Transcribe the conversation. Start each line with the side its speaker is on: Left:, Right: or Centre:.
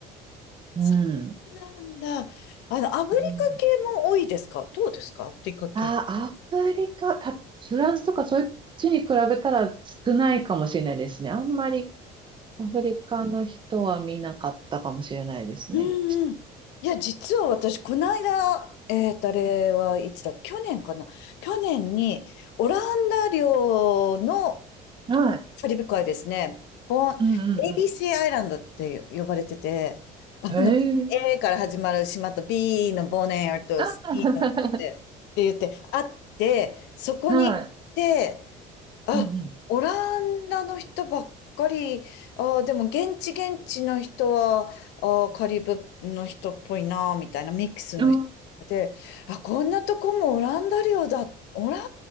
Right: うん。
Left: そうなんだ。あの、アフリカ系も多いですかどうですかアフリカ系。
Right: うんああアフリカ、た、フランスとかそっちに比べたら少ないかもしれないですね。あんまりアフリカの人は見なかったかもしれないですね。
Left: うんうん。いや、実は私、この間、えーと、あれはいつだ、去年かな。去年に、オランダ領の
Right: うんはい。
Left: カリブ海ですね。ボン、ABC
Right: うんうん
Left: アイランドって呼ばれてて、あの、
Right: うん。へえ。
Left: A から始まる島と B のボネアと
Right: あー
Left: C のって言って、あって、そこに行って、
Right: <laughs> はい。
Left: あ、
Right: うん
Left: オランダの人ばっかり、あーでも現地現地の人は、あーカリブの人っぽいな、みたいなミックスの人で、
Right: うん。うん
Left: あ、こんなとこもオランダ領だ、オラン